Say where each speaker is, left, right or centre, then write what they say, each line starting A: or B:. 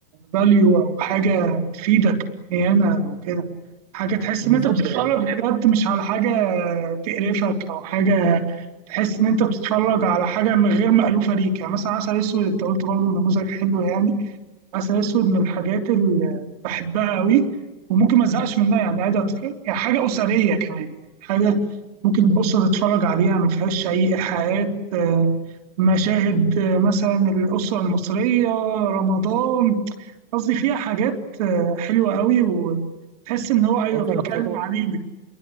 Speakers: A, on the right; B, on the right.
A: فاليو او حاجه تفيدك معينه او كده حاجه تحس
B: بالظبط
A: ان انت بتتفرج
B: يعني
A: بجد مش على حاجه تقرفك او حاجه تحس ان انت بتتفرج على حاجه من غير مألوفه ليك يعني مثلا عسل اسود انت قلت برضه نموذج حلو يعني عسل اسود من الحاجات اللي بحبها قوي وممكن ما ازهقش منها يعني عادي أتك- يعني حاجه اسريه كمان يعني حاجه ممكن الاسره تتفرج عليها ما فيهاش اي ايحاءات آه، مشاهد آه، مثلا الاسره المصريه رمضان قصدي فيها حاجات آه، حلوة قوي وتحس إن هو أيوه
B: اصلا
A: بيتكلم
B: الفتره
A: علينا